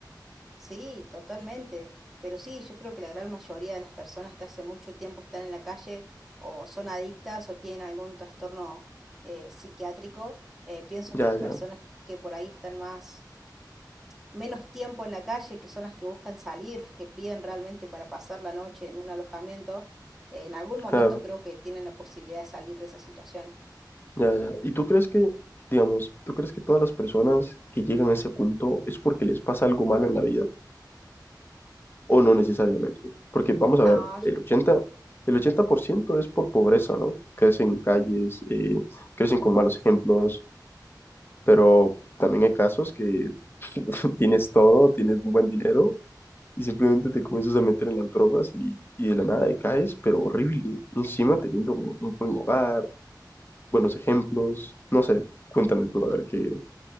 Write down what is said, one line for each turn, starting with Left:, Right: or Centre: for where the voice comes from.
Centre: sí, totalmente. Pero sí, yo creo que la gran mayoría de las personas que hace mucho tiempo están en la calle o son adictas o tienen algún trastorno eh, psiquiátrico, eh, pienso
Left: Ya,
Centre: que las personas
Left: ya,
Centre: que por ahí están más menos tiempo en la calle, que son las que buscan salir, las que piden realmente para pasar la noche en un alojamiento, en algún momento
Left: claro,
Centre: creo que tienen la posibilidad de salir de esa situación.
Left: ya, ya. ¿Y tú crees que, digamos, tú crees que todas las personas que llegan a ese punto es porque les pasa algo malo en la vida o no necesariamente? Porque vamos
Centre: No,
Left: a ver,
Centre: yo-
Left: el 80, el 80% es por pobreza, ¿no? Crecen en calles, eh, crecen con malos ejemplos Pero también hay casos que <laughs> tienes todo, tienes un buen dinero y simplemente te comienzas a meter en las drogas y, y de la nada decaes, pero horrible. Encima teniendo un un buen hogar, buenos ejemplos, no sé, cuéntame tú a ver qué,